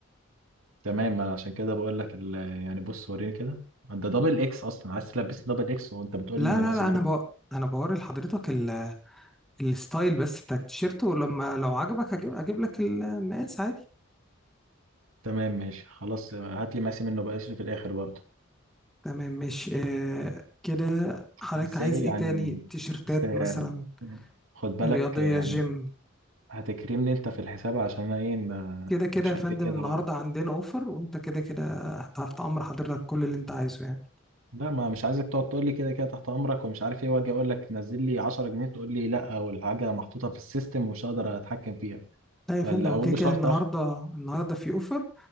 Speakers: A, on the right; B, in the centre.
A: تمام ما انا عشان كده بقول لك ال- يعني بص وريني كده ده دبل اكس اصلا عايز تلبس دبل اكس وانت بتقول
B: لا
A: لي ان
B: لا
A: مقاسي
B: لا
A: ده
B: أنا بو... أنا بوري لحضرتك ال... الستايل بس بتاع التيشيرت ولما لو عجبك هجيب... أجيب لك المقاس عادي
A: تمام ماشي خلاص هات لي مقاسي منه بقى اشيله في الاخر برضه
B: تمام ماشي آه كده حضرتك
A: بس
B: عايز
A: ايه
B: إيه
A: يعني
B: تاني تيشيرتات
A: بس يعني
B: مثلا
A: خد بالك
B: رياضية
A: يعني
B: جيم
A: هتكرمني انت في الحساب عشان انا ايه ما-
B: كده كده
A: مش
B: يا
A: قد
B: فندم
A: كده
B: النهارده
A: برضه
B: عندنا اوفر وانت كده كده تحت امر حضرتك كل اللي انت عايزه يعني
A: لا ما مش عايزك تقعد تقول لي كده كده تحت امرك ومش عارف ايه واجي اقول لك نزل لي 10 جنيه تقول لي لا والحاجه محطوطه في السيستم ومش هقدر اتحكم فيها
B: لا يا فندم
A: فاللي
B: وكده
A: اوله
B: كده
A: شرط
B: النهارده النهارده في اوفر